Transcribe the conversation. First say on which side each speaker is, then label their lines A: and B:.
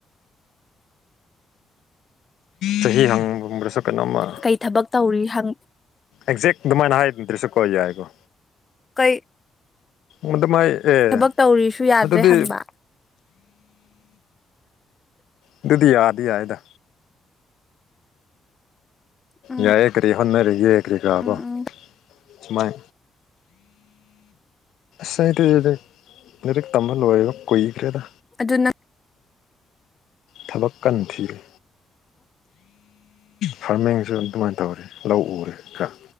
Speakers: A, on the left; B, on the left.
A: ꯆꯍꯤ ꯍꯪꯕꯗꯁꯨ ꯀꯩꯅꯣꯝꯃ
B: ꯀꯩ ꯊꯕꯛ ꯇꯧꯔꯤ ꯍꯪ
A: ꯑꯦꯛꯖꯦꯛ ꯑꯗꯨꯃꯥꯏꯅ ꯍꯥꯏꯗ꯭ꯔꯁꯨ ꯀꯣꯜ ꯌꯥꯏꯀꯣ
B: ꯀꯩ
A: ꯃꯗꯨ ꯃꯥꯏ ꯑꯦ
B: ꯊꯕꯛ ꯇꯧꯔꯤꯁꯨ ꯌꯥꯗ꯭ꯔꯦ
A: ꯑꯗꯨꯗꯤ
B: ꯍꯪꯕ
A: ꯑꯗꯨꯗꯨꯗꯤ ꯌꯥꯗꯤ ꯌꯥꯏꯗ
B: ꯎꯝ
A: ꯌꯥꯏꯌ‌ꯦ ꯀꯔꯤ ꯍꯣꯠꯅꯔꯤ ꯀꯔꯤꯒꯥꯕꯣ
B: ꯎꯝ
A: <unintelligible>
B: ꯎꯝ
A: ꯁꯨꯃꯥꯏ ꯁꯦꯔ ꯃ ꯀꯃ ꯂ ꯀ <unintelligible> ꯀꯔꯦꯗ
B: ꯑꯗꯨꯅ
A: ꯊꯕꯛ ꯀꯟꯅ ꯊꯤꯔꯤ ꯐꯥꯔꯃꯤꯡꯁꯨ ꯑꯗꯨꯃꯥꯏꯅ ꯇꯧꯔꯦ ꯂꯥꯎ ꯎꯔꯦ ꯈꯔ